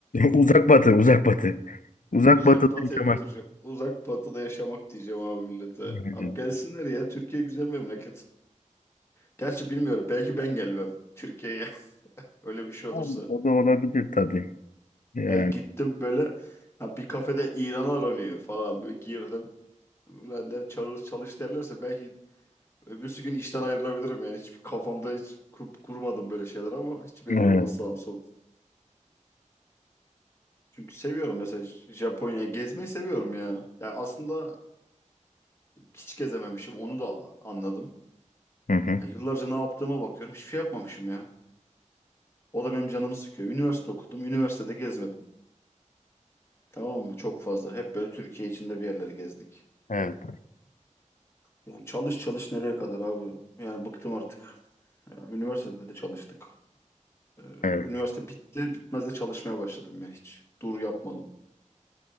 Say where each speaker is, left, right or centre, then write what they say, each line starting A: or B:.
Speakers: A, on the left; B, on the left.
A: Uzak batı, uzak batı. Uzak
B: uzak
A: batıda
B: batıya
A: yaşamak.
B: götüreceğim. Uzak batıda yaşamak diyeceğim abi millete.
A: isterdim.
B: Abi gelsinler ya. Türkiye güzel memleket. Gerçi bilmiyorum. Belki ben gelmem Türkiye'ye. <laughs> Öyle bir şey olursa.
A: Yani O da olabilir tabii. Yani,
B: Yani gittim böyle ha, bir kafede İran aranıyor falan. Böyle girdim. Ben der çalış, çalış derlerse belki öbürsü gün işten ayrılabilirim yani. Hiç kafamda hiç kur- kurmadım böyle şeyler ama hiç belli
A: evet.
B: olmaz sağım solum. Çünkü seviyorum mesela J- Japonya'ya gezmeyi seviyorum ya. Ya aslında hiç gezememişim onu da anladım.
A: Hı hı.
B: Ya yıllarca ne yaptığıma bakıyorum hiçbir şey yapmamışım ya. O da benim canımı sıkıyor. Üniversite okudum, üniversitede gezmedim. Tamam mı? Çok fazla. Hep böyle Türkiye içinde bir yerlere gezdik.
A: Evet.
B: Yani çalış çalış nereye kadar abi? Yani bıktım artık. Ya üniversitede de çalıştık. Ee,
A: Evet.
B: üniversite bitti, bitmez de çalışmaya başladım ya. Hiç dur yapmadım.